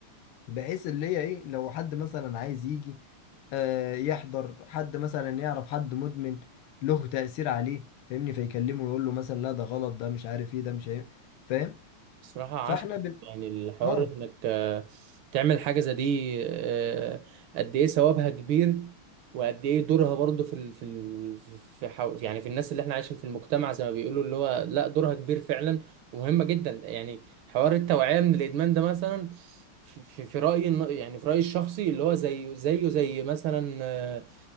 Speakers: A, on the left; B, on the right.
A: بحيث اللي هي ايه لو حد مثلا عايز يجي آه يحضر حد مثلا يعرف حد مدمن له تأثير عليه فاهمني فيكلمه ويقول له مثلا لا ده غلط ده مش عارف ايه ده مش عارف فاهم
B: بصراحه عشان
A: فاحنا بن...
B: يعني الحوار
A: اه
B: انك آه، تعمل حاجه زي دي آه، قد ايه ثوابها كبير وقد ايه دورها برضو في ال... في ال... في حو... يعني في الناس اللي احنا عايشين في المجتمع زي ما بيقولوا اللي هو لا دورها كبير فعلا ومهمه جدا يعني حوار التوعيه من الادمان ده مثلا في في في رايي الن- يعني في رايي الشخصي اللي هو زيه زيه زي مثلا آه،